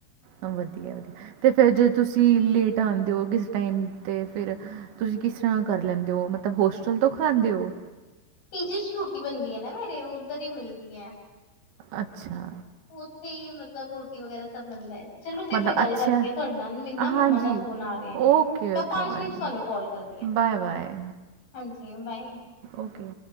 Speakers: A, on the right; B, on the left.
A: ਵਧੀਆ, ਵਧੀਆ, ਤੇ ਫਿਰ ਜੇ ਤੁਸੀਂ ਲੇਟ ਆਉਂਦੇ ਹੋ ਕਿਸ ਟਾਈਮ ਤੇ ਫਿਰ ਤੁਸੀਂ ਕਿਸ ਤਰ੍ਹਾਂ ਕਰ ਲੈਂਦੇ ਹੋ, ਮਤਲਬ ਹੋਸਟਲ ਤੋਂ ਖਾਂਦੇ ਹੋ।
B: ਪੀਜੀੇ ਚ ਰੋਟੀ ਬਣਦੀ ਹੈ ਨਾ, ਮੇਰੇ ਉਹ ਉੱਧਰ ਹੀ ਮਿਲਦੀ ਹੈ।
A: ਅੱਛਾ।
B: ਉੱਥੇ ਹੀ ਮਤਲਬ ਰੋਟੀ ਵਗੈਰਾ ਸਭ ਮਿਲਦਾ ਹੈ। ਚਲੋ ਫੇਰ
A: ਮਤਲਬ
B: ਮੈਂ ਗੱਲ
A: ਅੱਛਾ
B: ਕਰਦੀ ਹਾਂ, ਤੁਹਾਡੇ ਨਾਲ ਮੈਨੂੰ ਨਾ
A: ਹਾਂਜੀ
B: ਮੰਮਾ ਦਾ ਫੋਨ ਆ ਰਿਹਾ ਹੈ,
A: ਓਕੇ
B: ਮੈਂ
A: ਓਕੇ
B: ਪੰਜ
A: ਬਾਏ
B: ਮਿੰਟ
A: ਬਾਏ
B: ਚ ਤੁਹਾਨੂੰ ਕਾਲ ਕਰ
A: ਬਾਏ, ਬਾਏ,
B: ਹਾਂਜੀ ਬਾਈ,
A: ਓਕੇ,